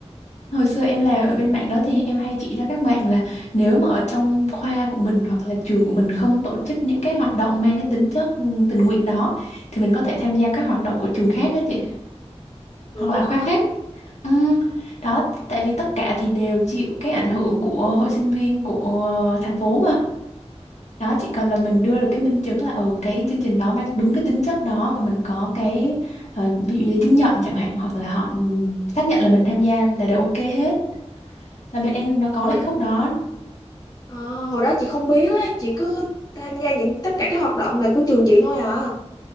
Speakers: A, on the left (about 80°); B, on the left (about 35°).
A: Hồi xưa em làm ở bên mảng đó thì em hay chỉ cho các bạn là nếu mà ở trong khoa của mình hoặc là trường của mình không tổ chức những cái hoạt động mang cái tính chất ừm, tình nguyện đó thì mình có thể
B: Ừ,
A: tham gia các hoạt động của trường khác á chị
B: được
A: hoặc là
B: luôn
A: khoa
B: á
A: khác. Ừm, Đó, tại vì tất cả thì đều chịu cái ảnh hưởng của hội sinh viên của ờ, thành phố mà. Đó, chỉ cần là mình đưa được cái minh chứng là ừ cái chương trình đó mang đúng cái tính chất đó và mình có cái ờ, ví dụ như là chứng nhận chẳng hạn hoặc là họ ừm, xác nhận là mình tham gia là đều ok hết là bên em nó có
B: hồi
A: lại khúc đó
B: ờ, hồi đó chị không biết á chị cứ tham gia những tất cả các hoạt động là của trường chị thôi à